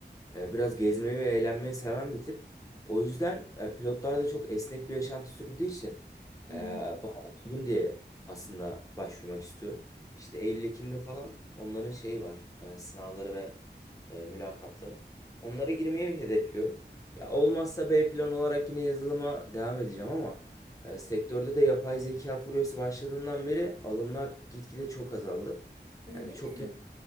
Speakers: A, on the left; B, on the right.
A: Eee, biraz gezmeyi ve eğlenmeyi seven bir tip. O yüzden e, pilotlar da çok esnek bir yaşantı sürdüğü için
B: Hı
A: eee
B: hı.
A: bana uygun diye aslında başvurmak istiyorum. İşte Eylül-Ekim'de falan onların şeyi var. e, sınavları ve e, mülakatları. Onlara girmeyi hedefliyorum. Ya olmazsa B plan olarak yine yazılıma devam edeceğim ama e, sektörde de yapay zeka furyası başladığından beri alımlar gitgide çok azaldı.
B: Öyle
A: Yani çok
B: mi?
A: kere